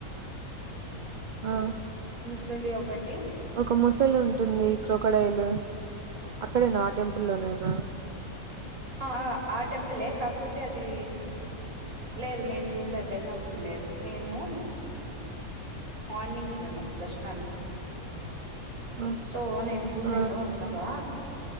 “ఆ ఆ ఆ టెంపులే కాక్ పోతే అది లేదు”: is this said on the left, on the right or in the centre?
Right